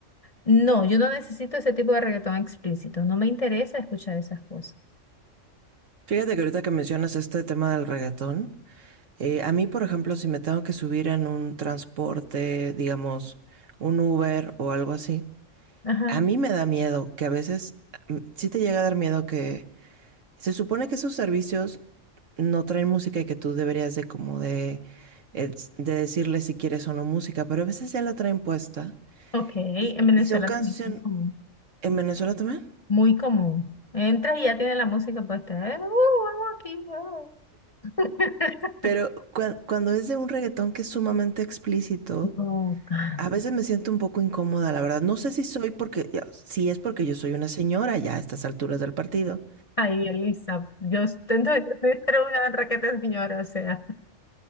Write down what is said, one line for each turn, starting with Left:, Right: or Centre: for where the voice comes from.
Left: No, yo no necesito ese tipo de reggaetón explícito. No me interesa escuchar esas cosas.
Right: Fíjate que ahorita que mencionas este tema del reggaetón, eh, a mí, por ejemplo, si me tengo que subir en un transporte, digamos, un Uber o algo así,
Left: Ajá.
Right: A mí me da miedo que a veces mm, sí te llega a dar miedo que se supone que esos servicios no traen música y que tú deberías de como de, eh, de decirle si quieres o no música, pero a veces ya la traen puesta
Left: Ok, en
Right: y,
Left: Venezuela
Right: y son canciones
Left: también es muy común.
Right: en Venezuela también.
Left: Muy común. Entras y ya tiene la música puesta. Eh, uh, algo aquí, uh. <laughs>
Right: Pero cua- cuando es de un reggaetón que es sumamente explícito,
Left: No, ay.
Right: a veces me siento un poco incómoda, la verdad. No sé si soy porque, si es porque yo soy una señora ya a estas alturas del partido.
Left: Ay, Elisa, yo intento de Dios, debe ser una raqueta señora, o sea,